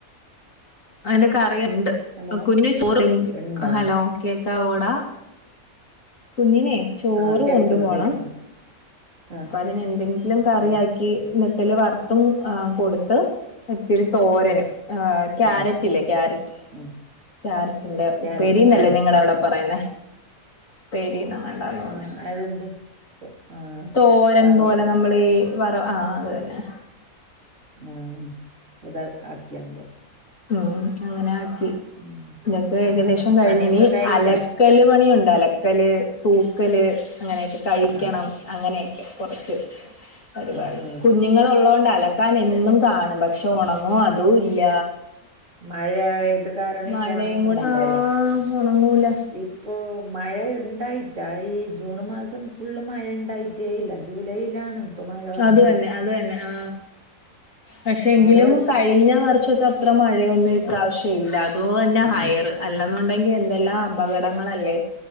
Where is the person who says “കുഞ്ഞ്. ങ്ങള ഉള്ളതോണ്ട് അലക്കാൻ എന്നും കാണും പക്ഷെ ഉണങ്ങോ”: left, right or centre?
Left